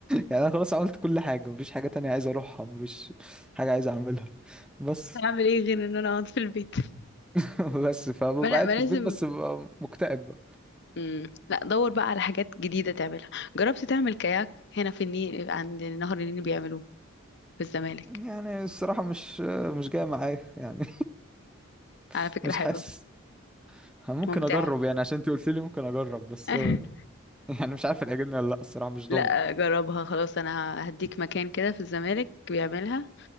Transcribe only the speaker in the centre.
يعني انا خلاص عملت كل حاجه مفيش حاجه تانية عايز اروحها مفيش حاجه عايز اعملها بس
<laughs> بس فببقى
قاعد
في البيت
بس ببقى مكتئب
يعني الصراحة مش مش جاية معايا يعني <laughs>
مش
حاسس ممكن
اجرب يعني عشان انت قلت لي ممكن اجرب بس
<laughs> يعني مش عارف هتعجبني ولا لا الصراحة مش ضامن